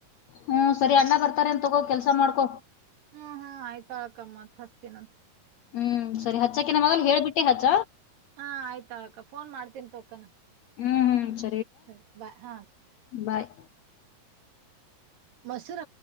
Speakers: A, on the left; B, on the right.
A: ಹ್ಮ್ ಸರಿ ಅಣ್ಣ ಬರ್ತಾರ ಅನ್ ತಗೋ ಕೆಲ್ಸ ಮಾಡ್ಕೊ
B: ಹ್ಮ್ ಹ್ಮ್ ಆಯ್ತಾ ಅಳಕ್ಕಮ್ಮತ್ ಹಸ್ತನಂತ
A: ಹ್ಮ್ ಸರಿ ಹಚ್ಚಾಕ ನ ಮಗಲ್ಲಿ ಹೇಳ್ಬಿಟ್ಟೆ ಹಚ್ಚ
B: ಹಾ ಆಯ್ತಾಳಕ್ಕ ಫೋನ್ ಮಾಡ್ತೀನಿ ತೋಕನ
A: ಹ್ಮ್ ಹ್ಮ್
B: ಸರಿ ಬಾಯ್ ಹಾ
A: ಬಾಯ್.
B: ಮಸೂರ